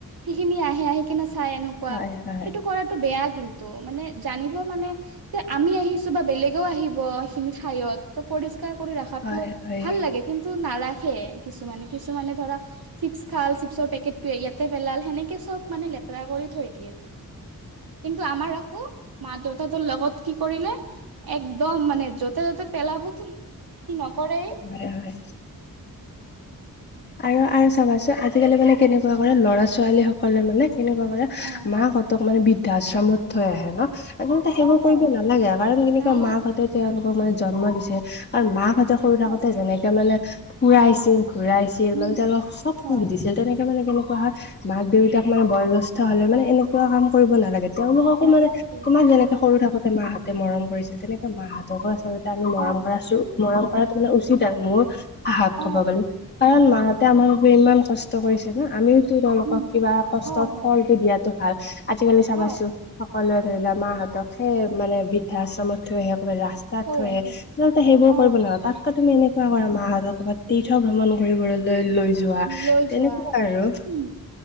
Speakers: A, on the right; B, on the left.
A: সেইখিনি আহে আহি কেনে চাই এনেকুৱা,
B: হয় হয়
A: সেইটো কৰাটো বেয়া কিন্তু। ত' মানে জানিব মানে যে আমি আহিছো বা বেলেগেও আহিব এইখিনি ঠাইয়ত। ত পৰিষ্কাৰ কৰি ৰাখাটো
B: হয় হয় হয়।
A: ভাল লাগে কিন্তু নাৰাখে কিছুমানে কিছুমানে ধৰা - চিপছ খাল চিপছৰ পেকেটোৱে ইয়াতে পেলাল সেনেকে চব মানে লেতেৰা কৰি থৈ দিয়ে। কিন্তু আমাৰ আকৌ মা দেউতা তৰ লগত কি কৰিলে - একদম মানে য'তে য'তে পেলাব সেই - সি নকৰেই -
B: হয় হয়। আৰু আৰু চাবাচো আজিকালি মানে কেনেকুৱা কৰে ল'ৰা ছোৱালী সকলে মানে - কেনেকুৱা কৰে
A: অ
B: মাহঁতক মানে বৃদ্ধাশ্ৰমত থৈ আহে ন - আচলতে
A: অ
B: সেইবোৰ কৰিব নালাগে কাৰণ কেনেকুৱা
A: নালাগে
B: মাকাহঁতে তেওঁলোকক মানে জন্ম দিছে কাৰণ মাকহঁতক - সৰু থাকোতে
A: হয়
B: যেনেকে মানে ফুৰাইছিল ঘুৰাইছিল - তেওঁ
A: উম
B: মানে তেওঁলোক চব
A: হয়
B: সুখ দিছিল, তেনেকে মানে কেনেকুৱা হয় মাক-দেউতাক মানে বয়সজেষ্ট - ষ্ট হলে
A: অ
B: মানে এনেকুৱা কাম কৰিব নালাগে, তেওঁলোককো
A: নালাগে
B: মানে তোমাক যেনেকে সৰু থাকোতে মাহঁতে - তে মৰম কৰিছোঁ, তেনেকে মাহঁতকো আচলতে আমি মৰম
A: অ
B: কৰাছো, মৰম কৰাটো মানে উচিত আৰু মোৰ - সাহস
A: অ
B: কব গ'লি কাৰণ মাহঁতে আমাৰ ইমান কষ্ট কৰিছে ন', আমিও - ত তেওঁলোকক
A: উম
B: কিবা কষ্টৰ
A: হয় হয়
B: ফলটো দিয়াটো ভাল, আজিকালি চাবাচোন
A: ভাল
B: - সকলোৱে ধৰি লোৱা মাহঁতক সেই মানে বৃদ্ধাশ্ৰমত থৈ আহে কবাত ৰাস- তাত
A: হৈ
B: থয়ে
A: আহে
B: আচলতে সেইবোৰ
A: অ
B: কৰিব নালাগে, তাতকৈ তুমি এনেকুৱা কৰা মাহঁতৰ ক'ৰবাত তীৰ্থ ভ্ৰমণ - কৰিবলৈ লৈ যোৱা,
A: লৈ যোৱা
B: তেনেকুৱা আৰু।
A: উম